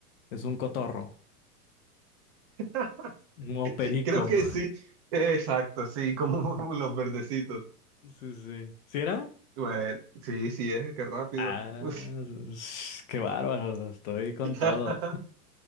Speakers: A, on the left; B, on the right.
A: es un cotorro.
B: <laughs>
A: un perico.
B: creo que
A: <laughs>
B: sí. Exacto, sí, como <laughs> los verdecitos.
A: Sí, sí. ¿Sí era?
B: Bueno, sí, sí, es qué rápido.
A: Ah,
B: <laughs>
A: s- qué bárbaro, o sea, estoy con
B: <laughs>
A: todo.